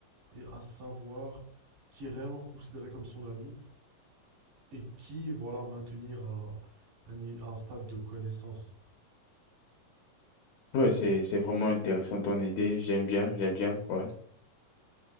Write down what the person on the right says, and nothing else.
et à savoir qui est réellement considéré comme son ami et qui voilà maintenir à, un ni- à un stade de connaissance.